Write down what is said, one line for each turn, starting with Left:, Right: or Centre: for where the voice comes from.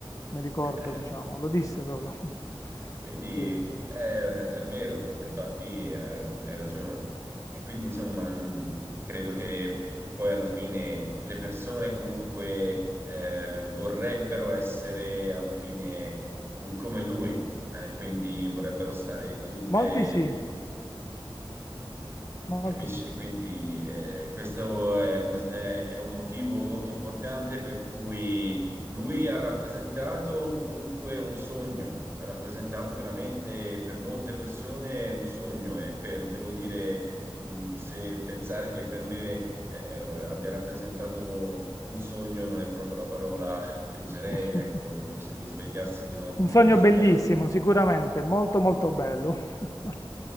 Left: mh, mi ricordo,
Right: <laughs>
Left: diciamo, lo disse proprio. <laughs>
Right: Quindi
Left: Sì, sì, sì.
Right: eh, è, vero, infatti eh, hai ragione. E quindi insomma mh, credo che poi alla fine le persone comunque eh, vorrebbero essere alla fine mh, come lui, eh, quindi vorrebbero stare tutte
Left: Molti sì, molti
Right: Capisci?
Left: sì.
Right: Quindi eh, questo è un, è- è un motivo molto importante per cui lui ha rappresentato comunque un sogno, ha rappresentato veramente per molte persone un sogno e per, devo dire, mh, se pensare che per me eh, eh, abbia rappresentato un sogno non è proprio la parola che userei,
Left: <laughs>
Right: ecco, è come se mi svegliassi di notte
Left: Un sogno
Right: sudato.
Left: bellissimo, sicuramente, molto molto bello. <laughs>